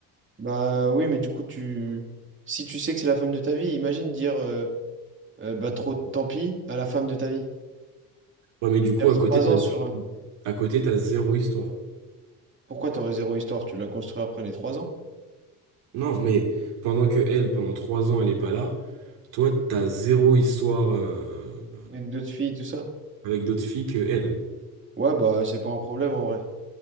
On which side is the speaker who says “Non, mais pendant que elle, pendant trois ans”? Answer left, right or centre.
Right